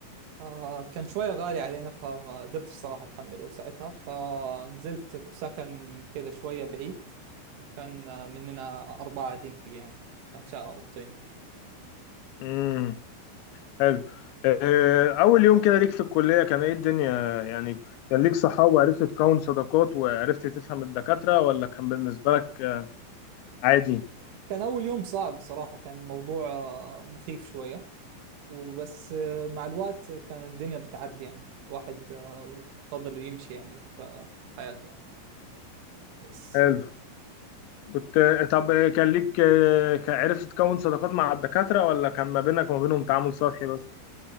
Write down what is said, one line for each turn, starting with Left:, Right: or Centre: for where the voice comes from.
Right: آه كان شوية غالي علينا فما قدرتش صراحة أتحمله ساعتها فنزلت في سكن كده شوية بعيد وكان آه، مننا أربعة قاعدين فيه يعني كان شقة أوضتين
Left: امم حلو آه، أول يوم كده ليك في الكلية كان إيه الدنيا يعني كان ليك صحاب وعرفت تكون صداقات وعرفت تفهم الدكاترة ولا كان بالنسبة لك آه، عادي؟
Right: كان أول يوم صعب صراحة كان الموضوع آه، مخيف شوية وبس آه، مع الوقت كان الدنيا بتعدي يعني الواحد آه، فضل يمشي يعني في حياته يعني بس
Left: حلو كنت طب كان ليك كان عرفت تكون صداقات مع الدكاترة ولا كان ما بينك وما بينهم تعامل سطحي بس